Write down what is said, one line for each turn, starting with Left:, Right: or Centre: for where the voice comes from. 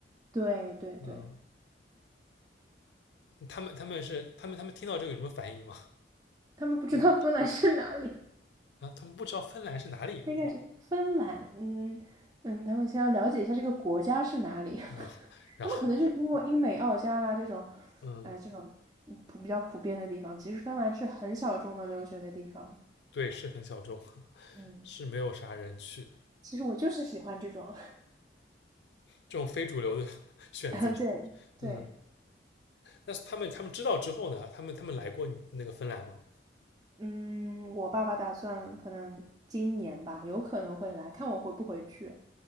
Right: 对对对，
Left: 嗯，他们他们是他们他们听到这个有什么反应吗？
Right: 他们不知道芬兰是哪里。
Left: 嗯，啊，他们不知道芬兰是哪里
Right: 应该是芬兰，嗯嗯，他们先要了解一下这个国家是哪里，<laughs>
Left: 啊，然后
Right: 他们可能就是经过英美澳加啦这种，
Left: 嗯，
Right: 哎，这种嗯普比较普遍的地方。其实芬兰是很小众的留学的地方，
Left: 对，是很小众，<laughs>
Right: 嗯，
Left: 是没有啥人去。
Right: 其实我就是喜欢这种，
Left: 这种非主流的 <laughs> 选择。
Right: <laughs> 对对，
Left: 嗯，那他们他们知道之后呢？他们他们来过那个芬兰吗？
Right: 嗯，我爸爸打算可能今年吧，有可能会来看我回不回去。